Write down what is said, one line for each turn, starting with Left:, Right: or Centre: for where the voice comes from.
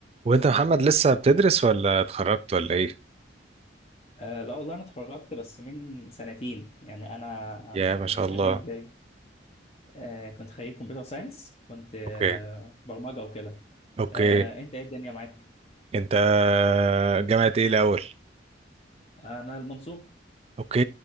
Right: وانت محمد لسه بتدرس ولا اتخرجت ولا ايه
Left: آه لا والله انا اتخرجت بس من سنتين يعني انا
Right: يا ما
Left: كنت
Right: شاء الله
Left: خريج آه كنت خريج كمبيوتر ساينس كنت آه
Right: اوكي
Left: برمجة وكده
Right: اوكي
Left: آه انت ايه الدنيا معاك
Right: انت جامعة ايه الاول
Left: انا المنصور
Right: اوكي